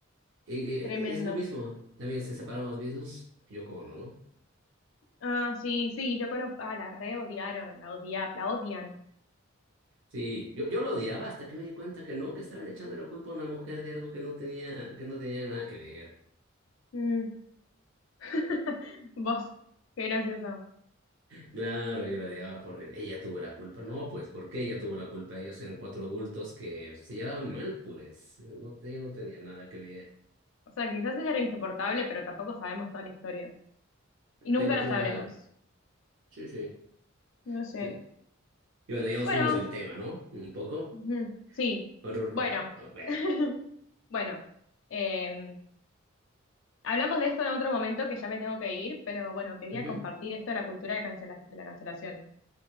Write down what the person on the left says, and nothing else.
Tremendo.
Ah, sí, sí, yo conozco. Ah, la re odiaron, la odia, la odian.
Mm. <laughs> Vos, qué gracioso.
O sea, quizás ella era insoportable, pero tampoco sabemos toda la historia. Y nunca
la
sabremos.
No sé.
Bueno,
ujú, sí.
Bueno.
<laughs> Bueno. eh, hablamos de esto en otro momento que ya me tengo que ir, pero bueno, quería
compartir esto de la cultura de cancela- de la cancelación.